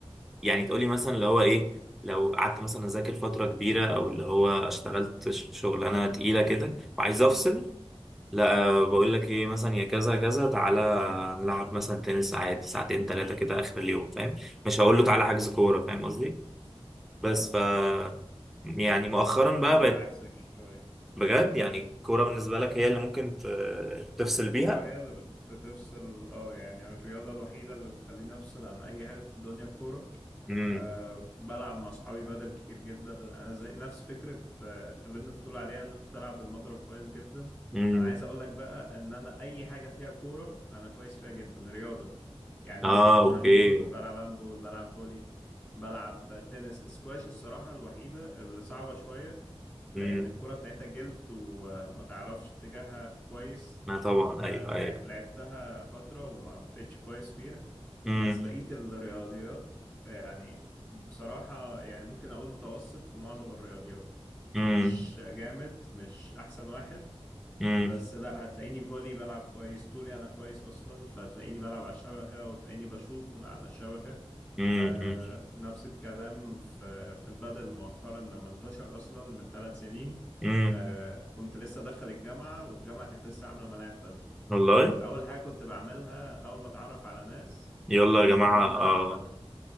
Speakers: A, in the centre; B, on the left.
A: يعني تقولي مثلا اللي هو إيه لو قعدت مثلا أذاكر فترة كبيرة أو اللي هو اشتغلت ش- شغلانة تقيلة كده وعايز أفصل لا آه، بقول
B: امم
A: لك إيه مثلا يا كذا كذا تعالى نلعب مثلا تنس عادي ساعتين تلاتة كده آخر اليوم فاهم مش هقول له تعالى
B: اي
A: حجز كورة فاهم قصدي بس
B: فاهمك
A: ف يعني مؤخرا بقى
B: لا انا
A: بقت
B: عكسك شويه
A: بجد
B: مم.
A: يعني الكورة بالنسبة لك هي اللي ممكن ت- تفصل
B: الكورة
A: بيها
B: هي اللي بت- بتفصل اه يعني الرياضة الوحيدة اللي بتخليني أفصل عن أي حاجة في الدنيا الكورة
A: امم
B: أه بلعب مع أصحابي بدل كتير جدا أنا زي نفس فكرة آه، اللي أنت بتقول عليها إن أنت بتلعب بالمضرب كويس جدا
A: امم
B: أنا عايز أقول لك بقى إن أنا أي حاجة فيها كورة أنا كويس فيها جدا رياضة يعني
A: اه
B: مثلا
A: اوكي
B: هاندبول بلعب هاندبول بلعب فولي بلعب تنس سكواش الصراحة الوحيدة اللي صعبة شوية لأن
A: امم
B: الكرة بتاعتها جلد وما تعرفش اتجاهها كويس
A: ما طبعا
B: آه،
A: ايوه
B: لع-
A: ايوه
B: لعبتها فترة وما بقتش كويس فيها
A: امم
B: بس بقيت الرياضيات يعني بصراحة يعني ممكن أقول متوسط في معظم الرياضيات
A: امم
B: مش جامد مش أحسن واحد
A: امم
B: بس لا هتلاقيني فولي بلعب كويس طولي انا كويس اصلا فهتلاقيني بلعب على الشبكه وتلاقيني بشوط من على الشبكه
A: امم
B: آه نفس الكلام في في البادل مؤخرا لما انتشر اصلا من ثلاث سنين
A: امم
B: آه كنت لسه داخل الجامعه والجامعه كانت لسه عامله ملاعب بادل
A: والله
B: فاول حاجه كنت بعملها اول ما اتعرف على ناس
A: يلا
B: ان
A: يا جماعة
B: احنا نروح
A: اه
B: نلعب بادل